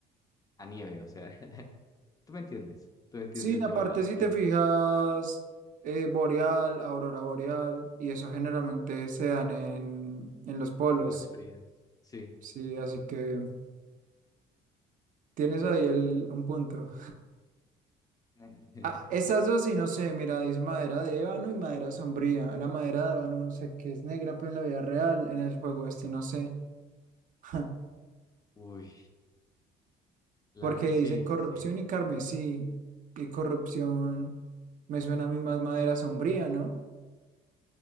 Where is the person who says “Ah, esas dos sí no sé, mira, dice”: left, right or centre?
Right